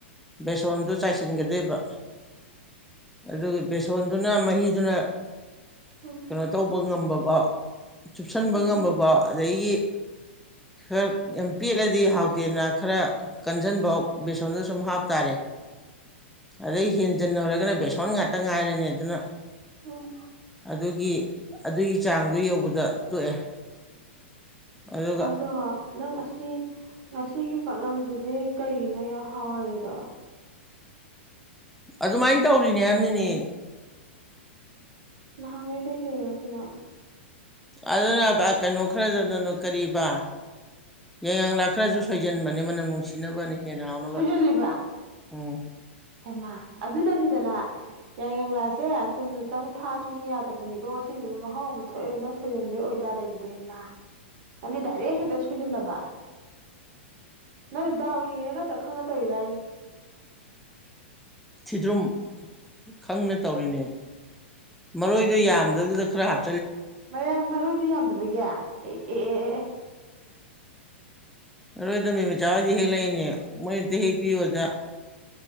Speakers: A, in the centre; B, on the right.
A: ꯕꯦꯁꯣꯟꯗꯨ ꯆꯥꯏꯁꯤꯟꯒꯗꯣꯏꯕ ꯑꯗꯨꯒ ꯕꯦꯁꯣꯟꯗꯨꯅ ꯃꯍꯤꯗꯨꯅ
B: ꯎꯝ
A: ꯀꯩꯅꯣ ꯇꯧꯕ ꯉꯃꯕ ꯆꯨꯞꯁꯟꯕ
B: ꯎꯝ
A: ꯉꯝꯃꯕ ꯑꯗꯒꯤ ꯈꯔ ꯌꯥꯝ ꯄꯦꯜꯠꯂꯗꯤ ꯍꯥꯎ ꯌꯦꯅ ꯈꯔ ꯀꯟꯖꯟꯕ ꯕꯦꯁꯣꯟꯗ ꯁꯨꯝ ꯍꯥꯞ ꯇꯥꯔꯦ ꯑꯗꯩ ꯍꯦꯟꯖꯟꯅꯔꯒꯅ ꯕꯦꯁꯣꯟ ꯉꯥꯛꯇ ꯉꯥꯏꯔꯅꯤ ꯑꯗꯨꯅ
B: ꯎꯝ
A: ꯑꯗꯨꯒꯤ ꯑꯗꯨꯒꯤ ꯆꯥꯡꯗꯣ ꯌꯧꯕꯗ ꯇꯣꯛꯑꯦ ꯑꯗꯨꯒ
B: ꯑꯗꯣ ꯅꯪ ꯑꯁ ꯁꯤ ꯉꯁꯤꯒꯤ ꯄꯥꯛꯅꯝꯗꯨꯗꯤ ꯀꯩꯒꯤꯅꯣ ꯌꯥꯝ ꯍꯥꯎꯍꯜꯂꯤꯗꯣ
A: ꯑꯗꯨꯃꯥꯏꯅ ꯇꯧꯔꯤꯅꯦ ꯍꯥꯏꯕꯅꯤꯅꯦ
B: ꯅꯍꯥꯟꯒꯩꯗꯩ ꯍꯦꯜꯂꯦ ꯉꯥꯁꯤꯅꯥ
A: ꯑꯗꯨꯅ ꯀꯩꯅꯣ ꯈꯔꯗꯅꯅ ꯀꯔꯤꯕꯥ ꯌꯥꯏꯉ ꯂꯥꯛꯈ꯭ꯔꯁꯨ ꯁꯣꯏꯖꯟꯕꯅꯦ ꯃꯅꯝ ꯅꯨꯡꯁꯤꯅꯕꯅꯤ ꯍꯦꯟꯅꯥ ꯍꯥꯎꯅꯕ
B: ꯁꯣꯏꯖꯜꯂꯤꯕ
A: ꯎꯝ
B: ꯍꯩꯃꯥ ꯑꯗꯨꯅꯅꯤꯗꯅ ꯌꯥꯏꯉꯪ ꯂꯥꯁꯦ ꯆꯨꯝꯅꯇꯪ ꯊꯥ ꯁꯨꯅ ꯌꯥꯗꯕꯅꯤꯀꯣ ꯉꯁꯤꯗꯨꯅ ꯃꯍꯥꯎ ꯑꯃ ꯊꯣꯛꯑꯦꯕ ꯅꯪ ꯁꯣꯏꯁꯤꯟꯕꯩ ꯑꯣꯏꯇꯥꯔꯦ ꯑꯗꯨꯗꯤ ꯍꯩꯃꯥ ꯅꯪꯗꯤ ꯗꯥꯏꯔꯦꯛ ꯍꯦꯛꯇ ꯁꯣꯏꯁꯤꯜꯂꯕ ꯅꯡ ꯗꯥꯎ ꯌꯦꯡꯉꯤ ꯅꯠꯇꯔꯥ ꯈꯪꯉ ꯇꯧꯏꯔ
A: ꯊꯤꯗ꯭ꯔꯨꯝ ꯈꯪꯅ ꯇꯧꯔꯤꯅꯦ ꯃꯔꯣꯏꯗ ꯌꯥꯝꯗꯗꯨꯗ ꯈꯍꯞ
B: ꯃꯌꯥꯝ ꯃꯔꯣꯏꯗꯤ ꯌꯥꯝ ꯑꯗꯨꯕꯒ ꯑꯦ
A: ꯂꯔꯣꯏꯗꯣꯃꯤ ꯃꯆꯥ ꯍꯣꯏꯗꯤ ꯍꯦꯛ ꯂꯩꯏꯅꯦ ꯃꯣꯏ ꯑꯝꯇ ꯍꯦꯛꯄꯤꯌꯣꯗ